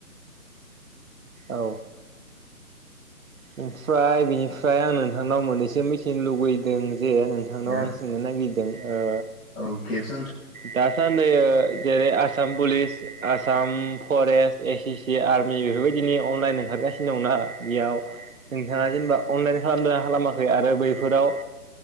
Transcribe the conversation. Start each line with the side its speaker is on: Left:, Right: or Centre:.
Right: औ ओमफ्राय बिनिफ्राय आं नोंथांनाव मोननैसो मिथिनो लुबैदों जे नोंथांनाव
Left: हेल'
Right: आं सोंनो नागिर दों ओ।
Left: औ गेबस
Right: दासानदै ओ जेरै Assam police Assam forest S C army बेफोरबायदिनि अनलाइन ओंखारगासिनो दंना बेयाव नोंथाङा जेनेबा अनलाइन खालामदों खालामाखै आरो बैफोराव